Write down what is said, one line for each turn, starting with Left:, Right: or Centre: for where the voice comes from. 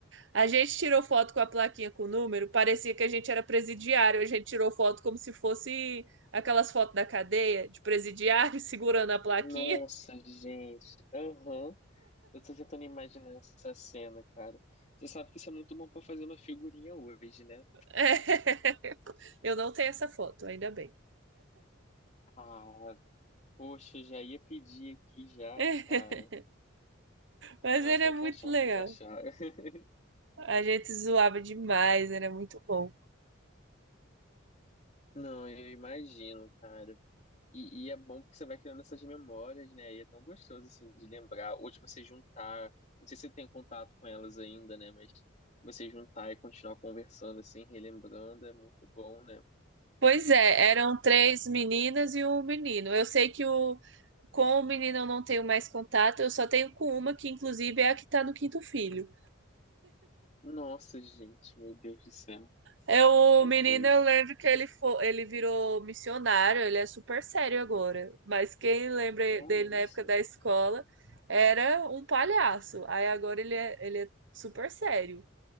Right: A gente tirou foto com a plaquinha com o número, parecia que a gente era presidiário, a gente tirou foto como se fosse aquelas fotos da cadeia, de presidiário <laughs> segurando a plaquinha.
Left: Nossa, gente. Aham. Eu tô tentando imaginar essa cena, cara. Você sabe que isso é muito bom pra fazer uma figurinha hoje, né?
Right: <laughs> Eu não tenho essa foto, ainda bem.
Left: Ah, poxa, já ia pedir aqui já,
Right: <laughs>
Left: cara.
Right: Mas
Left: Não,
Right: era
Left: tem
Right: muito
Left: que achar,
Right: legal.
Left: tem que achar. <laughs>
Right: A gente zoava demais, era muito bom.
Left: Não, eu imagino, cara. E, e é bom porque você vai criando essas memórias, né? E é tão gostoso, assim, de lembrar. Ou de você juntar. Não sei se você tem contato com elas ainda, né? Mas você juntar e continuar conversando, assim, relembrando, é muito bom, né?
Right: Pois é, eram três meninas e um menino. Eu sei que o, com o menino eu não tenho mais contato, eu só tenho com uma, que inclusive é a que tá no quinto filho.
Left: Nossa, gente, meu Deus do céu,
Right: É o
Left: tá doido.
Right: menino, eu lembro que ele, fo- ele virou missionário, ele é super sério agora. Mas quem lembra
Left: Ah,
Right: dele
Left: nossa,
Right: na época da escola era um palhaço. Aí agora ele é, ele é super sério.